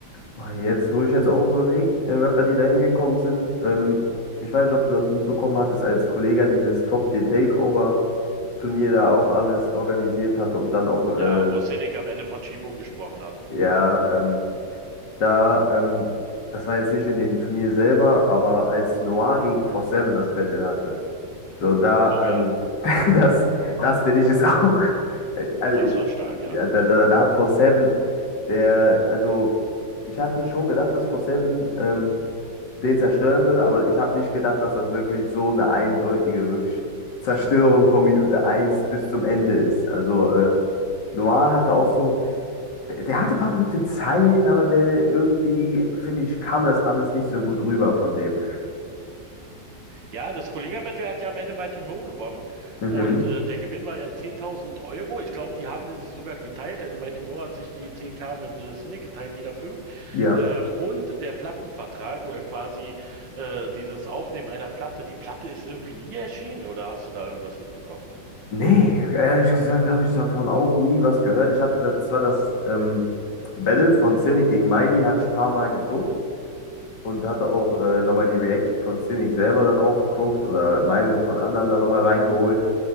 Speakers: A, on the left; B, on the right.
A: Boah, Jetzt, wo ich jetzt auch überlege, äh, Rapper, die da hingekommen sind, ähm, ich weiß nicht, ob du das mitbekommen hattest, als Kollega dieses Top Tier Takeover Turnier da auch alles organisiert hatte und dann auch,
B: Ja,
A: äh,
B: wo Sinek am Ende von Schiebung gesprochen hat.
A: ja, ähm, Da, ähm, das war jetzt nicht in dem Turnier selber, aber als Noir gegen 4-7 das Battle hatte. So, da,
B: Oh
A: ähm,
B: ja,
A: <laughs> das, das finde ich es <laughs> auch. äh, Also,
B: das war stark,
A: ja,
B: ja.
A: da,
B: ja.
A: da, da hat 4-7, der, also, ich hatte schon gedacht, dass 4-7 ähm, den zerstören würde, aber ich habe nicht gedacht, dass das wirklich so eine eindeutige wirklich Zerstörung von Minute eins bis zum Ende ist. Also, äh, Noir hatte auch so. Der, der hatte ein paar gute Zeilen, aber der irgendwie, finde ich, kam das alles nicht so gut rüber von dem.
B: Ja, das Kollega-Battle hat ja am Ende Mighty Mo gewonnen
A: Mhm,
B: und äh, der Gewinn war ja 10.000 Euro. Ich glaube, die haben die sich sogar geteilt. Also Mighty Mo hat sich die 10k mit äh, Cynic geteilt, jeder fünf.
A: ja.
B: Ähm, und der Plattenvertrag oder quasi äh, dieses Aufnehmen einer Platte. Die Platte ist irgendwie nie erschienen oder hast du da irgendwas mitbekommen?
A: Nee, ehrlich gesagt habe ich davon auch nie was gehört. Ich hatte da zwar das ähm, Battle von Cynic gegen Mighty, hatte ich ein paar Mal geguckt und hatte auch äh, nochmal die Reaction von Cynic selber da drauf geguckt oder Meinungen von anderen da nochmal reingeholt.